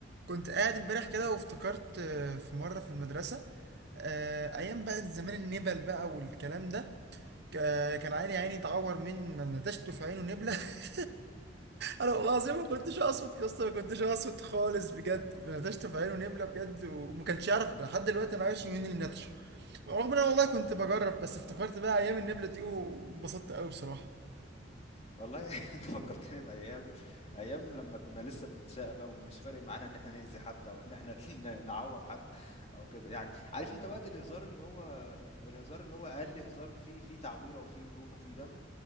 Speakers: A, on the right; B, on the left.
A: كنت قاعد امبارح كده وافتكرت آه، في مرة في المدرسة آه، أيام بقى زمان النبل بقى والكلام ده آه، كان عيني عيني اتعور من نتشته في عينه نبلة <laughs> أنا والله العظيم ما كنتش أقصد يا اسطى ما كنتش أقصد خالص بجد نتشته في عينه نبلة بجد وما كانش يعرف لحد دلوقتي أنا عايش مين اللي نتشه رغم إن أنا والله كنت بجرب بس افتكرت بقى أيام النبلة دي وانبسطت قوي بصراحة
B: والله <laughs> انت فكرتني بايام ايام لما كنا لسه بنتشقى بقى ومش فارق معانا ان احنا نأذي حد او ان احنا <laughs> ن- نعور حد او كده يعني عارف انت وقت الهزار اللي هو الهزار اللي هو اقل هزار فيه فيه تعويره وفيه جروح وفيه دم